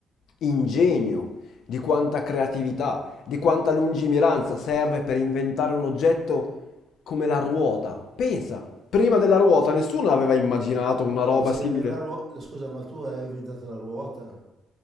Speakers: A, on the left; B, on the right.
A: ingegno, di quanta creatività, di quanta lungimiranza serve per inventare un oggetto come la ruota? Pensa, prima della ruota nessuno aveva immaginato una roba
B: Invece
A: simile.
B: di avere la ruota, scusa, ma tu hai inventato la ruota?